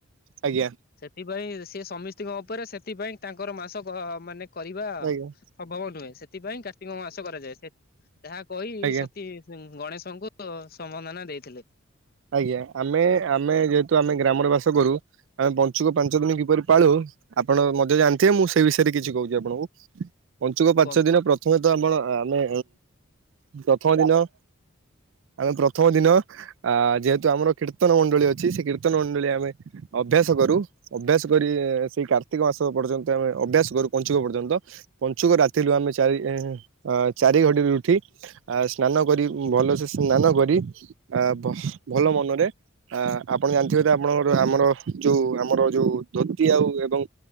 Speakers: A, on the right (about 65°); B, on the left (about 45°).
A: ଆଜ୍ଞା
B: ସେଥିପାଇଁ ସେ ସମିସ୍ତିଙ୍କ ଉପରେ ସେଥିପାଇଁ ତାଙ୍କର ମାସଘ ମାନେ କହିବା
A: ଆଜ୍ଞା
B: ସମ୍ଭବ ନୁହେଁ ସେଥିପାଇଁ କାର୍ତ୍ତିକ ମାସ କରାଯାଏ ସେ ଯାହା କହି
A: ଆଜ୍ଞା ଆଜ୍ଞା
B: ସତି ଉଁ ଗଣେଶଙ୍କୁ ସମ୍ବର୍ଧନା ଦେଇଥିଲେ।
A: ଆଜ୍ଞା ଆମେ ଆମେ ଯେହେତୁ ଆମେ ଗ୍ରାମରେ ବାସ କରୁ ଆମେ ପଞ୍ଚୁକ ପାଞ୍ଚ ଦିନି କିପରି ପାଳୁ ଆପଣ ମଧ୍ୟ ଜାଣିଥିବେ ମୁଁ ସେଇ ବିଷୟରେ କିଛି କହୁଚି ଆପଣଙ୍କୁ ପଞ୍ଚୁକ ପାଞ୍ଚ
B: କୁହନ୍ତୁ।
A: ଦିନ ପ୍ର ହୁଏତ ଆପଣ ଆମେ ପ୍ରଥମ ଦିନ ଆମେ ପ୍ରଥମ ଦିନ ଆ ଯେହେତୁ ଆମର କୀର୍ତ୍ତନ ମଣ୍ଡଳୀ ଅଛି ସେକୀର୍ତ୍ତନ ମଣ୍ଡଳୀ ଆମେ ଅଭ୍ୟାସ କରୁ। ଅଭ୍ୟାସ କରି ସେଇ କାର୍ତ୍ତିକ ମାସ ପର୍ଯ୍ୟନ୍ତ ଆମେ ଅଭ୍ୟାସ କରୁ ପଞ୍ଚୁକ ପର୍ଯ୍ୟନ୍ତ ପଞ୍ଚୁକ ରାତିରୁ ଆମେ ଚାରି ଦିନି ଆଃ ଚାରି ଘଡ଼ିରୁ ଉଠି ଆ ସ୍ନାନକରି ଭଲସେ ସ୍ନାନକରି ଆ ଭଲ ମନରେ ଆଁ ଆପଣ ଜାଣିଥିବେତ ଆପଣଙ୍କର ଆମର ଯୋଉ ଆମର ଯୋଉ ଧୋତି ଆଉ ଏବଂ